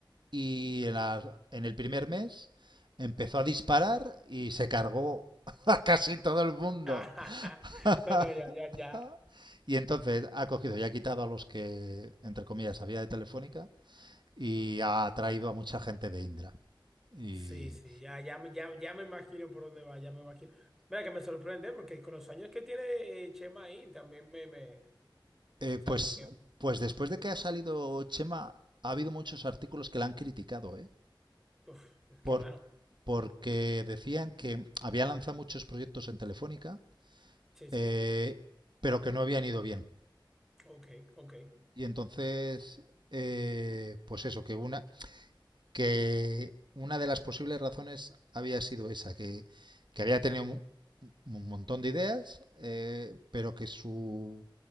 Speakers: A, on the right; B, in the centre.
A: y en, la- en el primer mes empezó a disparar y se cargó <laughs> a casi todo el mundo.
B: <laughs>
A: <laughs>
B: No, no, ya, ya, ya.
A: Y entonces ha cogido y ha quitado a los que, entre comillas, había de Telefónica y ha traído a mucha gente de Indra. Y,
B: Sí, sí, ya, ya, me- ya, ya me imagino por dónde va, ya me imagino. Mira que me sorprende porque con los años que tiene eh, Chema ahí también me, me, o
A: eh, pues,
B: sea, como que,
A: pues después de que ha salido Chema, ha habido muchos artículos que la han criticado, ¿eh?
B: uf, es que
A: Por,
B: mano.
A: porque decían que había lanzado muchos proyectos en Telefónica,
B: Sí,
A: eh,
B: sí,
A: pero que no habían ido bien.
B: ok, ok.
A: Y entonces, eh, pues eso, que una, que una de las posibles razones había sido esa, que, que había tenido un, un montón de ideas, eh, pero que su,